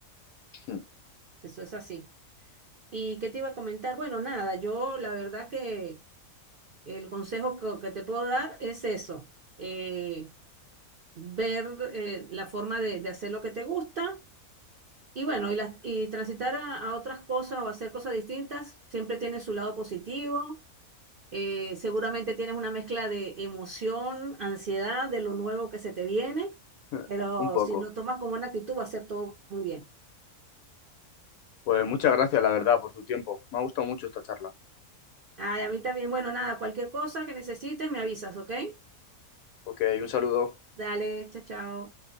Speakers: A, on the left (about 70°); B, on the right (about 55°).
A: <laughs>
B: Eso es así. ¿Y qué te iba a comentar? Bueno, nada, yo la verdad que el consejo que, que te puedo dar es eso, eh, ver eh, la forma de, de hacer lo que te gusta y bueno, y, las- y transitar a, a otras cosas o hacer cosas distintas siempre tiene su lado positivo. eh, seguramente tienes una mezcla de emoción, ansiedad de lo nuevo que se te viene,
A: Mm.
B: pero
A: Un poco.
B: si lo tomas como una actitud va a ser todo muy bien.
A: Pues muchas gracias, la verdad, por tu tiempo. Me ha gustado mucho esta charla.
B: Ay, a mí también, bueno, nada, cualquier cosa que necesites me avisas, ¿ok?
A: Ok, un saludo.
B: Dale, chao, chao.